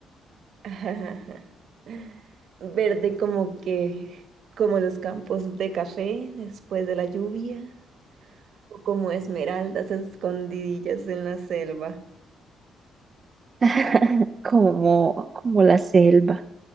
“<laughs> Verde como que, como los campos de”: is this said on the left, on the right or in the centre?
Right